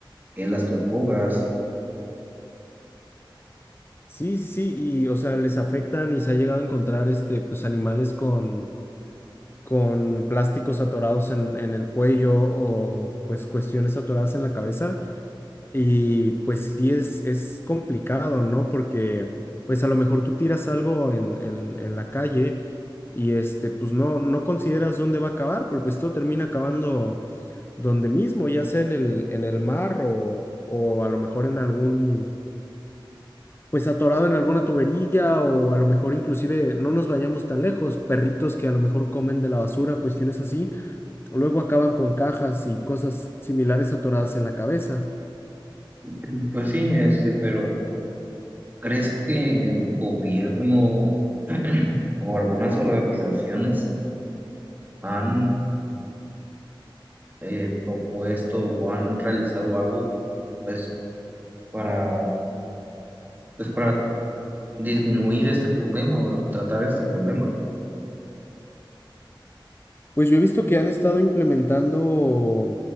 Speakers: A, on the right (about 20°); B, on the left (about 25°).
A: en las tortugas.
B: Sí, sí, sí, y o sea, les afectan y se ha llegado a encontrar este, pues animales con, con plásticos atorados en, en el cuello o pues cuestiones atoradas en la cabeza Y pues sí es, es complicado, ¿no? Porque pues a lo mejor tú tiras algo en, en- en la calle y este, pues no, no consideras dónde va a acabar, pero pues todo termina acabando donde mismo, ya sea en el, en el mar o, o a lo mejor en algún, pues atorado en alguna tubería o a lo mejor inclusive no nos vayamos tan lejos, perritos que a lo mejor comen de la basura, cuestiones así, luego acaban con cajas y cosas similares atoradas en la cabeza.
A: <clears throat> Pues sí, este, pero ¿Crees que el gobierno <clears throat> o algunas organizaciones han eh, propuesto o han realizado algo pues para pues para disminuir este problema o tratar este problema?
B: Pues yo he visto que han estado implementando,